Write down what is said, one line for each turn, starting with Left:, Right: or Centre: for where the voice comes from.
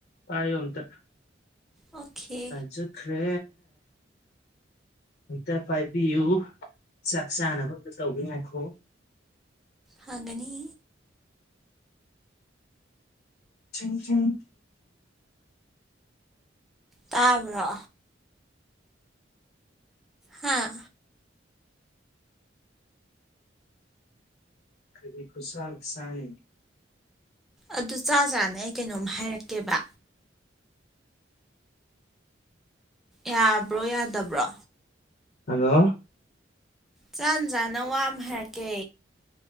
Left: ꯇꯣꯇ
Centre: okay
Left: ꯆꯈ꯭ꯔꯦ ꯑꯦꯛꯇ ꯄꯥꯏꯕꯤꯌꯨ ꯆꯥꯛ ꯆꯥꯅꯕ ꯑꯝꯛꯇ ꯇꯧꯕꯤ ꯉꯈꯣ
Centre: ꯍꯅꯤ
Left: ꯪ
Centre: ꯇꯥꯕ꯭ꯔꯣ ꯍꯥꯥ
Left: ꯀꯕꯤ ꯈꯨꯨꯁꯜ ꯁꯥꯏ
Centre: ꯑꯗꯨ ꯆꯥ ꯆꯥꯅ ꯑꯩ ꯀꯩꯅꯣꯝ ꯍꯥꯏꯔꯛꯀꯦꯕ ꯌꯥꯕ꯭ꯔꯣ ꯌꯥꯗꯕ꯭ꯔꯣ
Left: ꯍꯜꯂꯣ
Centre: ꯆꯥꯟ ꯆꯥꯅ ꯋꯥ ꯑꯃ ꯍꯥꯏꯔꯛꯀꯦ